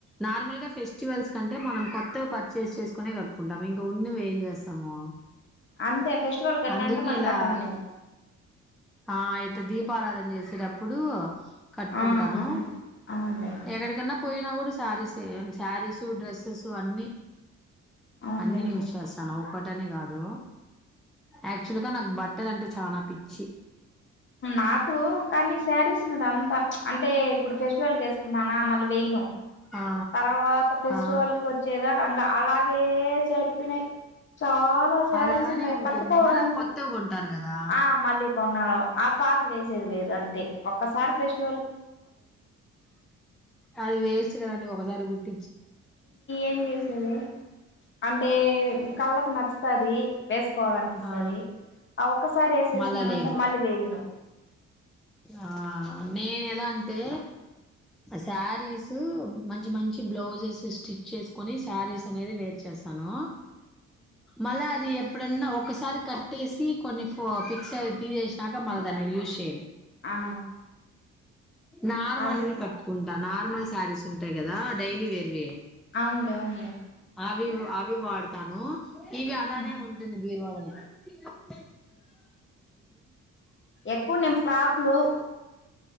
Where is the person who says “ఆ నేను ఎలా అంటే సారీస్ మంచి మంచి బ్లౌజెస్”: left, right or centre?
Centre